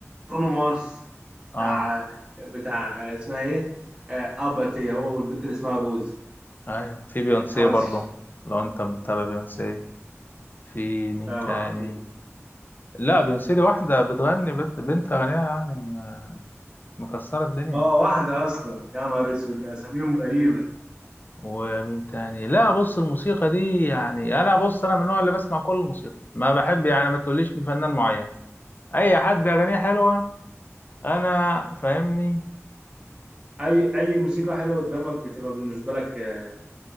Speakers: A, on the right; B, on the left.
A: برونو مارس
B: اه
A: بتاع بتاع اسمها ايه آه، اباتي هو والبنت اللي اسمها روز
B: ايوه في بيونسي
A: طرش
B: برضو لو انت متابع بيونسي في مين
A: لا
B: تاني
A: ما اعرفوش
B: لا بيونسي دي واحدة بتغني بنت, بنت أغنيها يعني م- مكسرة الدنيا
A: اه واحدة أصلا يا نهار أسود ده أساميهم غريبة
B: ومين تاني لا بص الموسيقى دي يعني انا بص انا من النوع اللي بسمع كل الموسيقى ما بحب يعني ما تقوليش من فنان معين اي حد اغانيه حلوه انا فاهمني
A: أي أي موسيقى حلوة قدامك بتبقى بالنسبة لك آه،